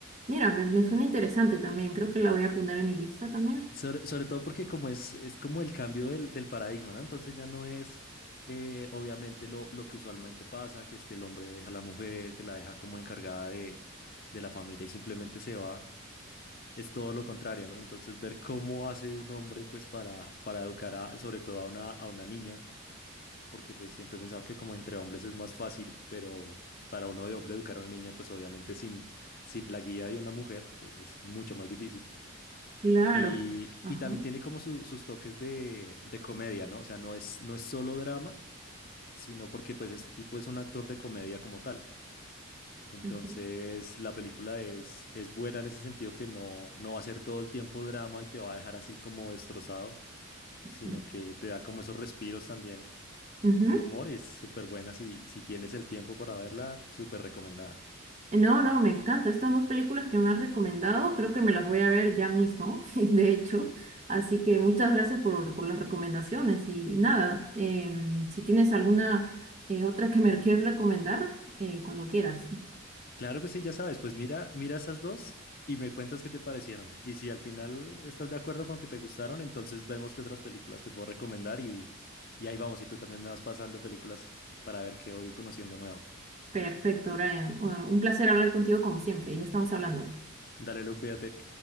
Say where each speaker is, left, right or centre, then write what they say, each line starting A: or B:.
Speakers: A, on the right (about 30°); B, on the left (about 45°).
A: mira, me, me suena interesante también, creo que la voy a poner en mi lista también.
B: Sobre, sobre todo porque como es, es como el cambio del, del paradigma, ¿no? Entonces ya no es eh, obviamente lo, lo que usualmente pasa, que es que el hombre deja a la mujer, que la deja como encargada de, de la familia y simplemente se va. Es todo lo contrario, ¿no? Entonces ver cómo hace un hombre pues para, para educar a, sobre todo a una, a una niña, porque pues siempre he pensado que como entre hombres es más fácil, pero para uno de hombre educar a una niña pues obviamente sin, sin la guía de una mujer pues es mucho más difícil.
A: Claro.
B: Y,
A: Ajá.
B: y también tiene como su- sus toques de, de comedia, ¿no? O sea, no es, no es solo drama, sino porque pues este tipo es un actor de comedia como tal. Entonces,
A: Ujú,
B: la película es, es buena en ese sentido que no, no va a ser todo el tiempo drama y te va a dejar así como destrozado,
A: ujú.
B: sino que te da como esos respiros también
A: Ujú.
B: de humor. y es súper buena si, si tienes el tiempo para verla, súper recomendada.
A: No, no, me encanta. Estas dos películas que me has recomendado, creo que me las voy a ver ya mismo, <laughs> de hecho. Así que muchas gracias por, por las recomendaciones. Y nada, em, si tienes alguna eh, otra que me quieres recomendar, eh, cuando quieras.
B: Claro que sí, ya sabes, pues mira, mira esas dos y me cuentas qué te parecieron. Y si al final estás de acuerdo con que te gustaron, entonces vemos qué otras películas te puedo recomendar y, y ahí vamos, y tú también me vas pasando películas para ver qué voy conociendo nuevo.
A: Perfecto, Brian. Bueno, un placer hablar contigo como siempre. Ya estamos hablando.
B: Dale, Lu, cuídate.